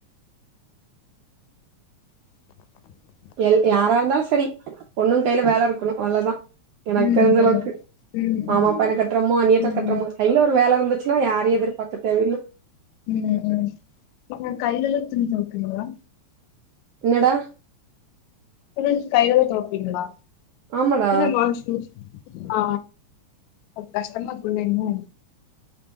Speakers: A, on the left; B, on the right.
A: <inaudible>
B: எல் யாரா இருந்தாலு சரி பொண்ணுங் கைல வேல இருக்கணு அவ்ளோதா எனக்
A: ம்
B: தெரிஞ்சளவுக்கு
A: ம் ம்
B: மாமா
A: ம்
B: பையன கட்றமோ அண்ணியத்துல
A: ம்
B: கட்றமோ கைல ஒரு வேல இருந்துச்சுன்னா யாரையு எதிர்பார்க்க தேவயில்ல
A: ம் ம் நம்ம கைலதா துணி தொவைக்கனுங்ளா
B: என்னடா
A: துணி கைலதா தொவப்பீங்ளா
B: ஆமாடா
A: இல்ல வாஷிங்மிசி ஆ அப் கஷ்டமாருக்குல்ல இன்னு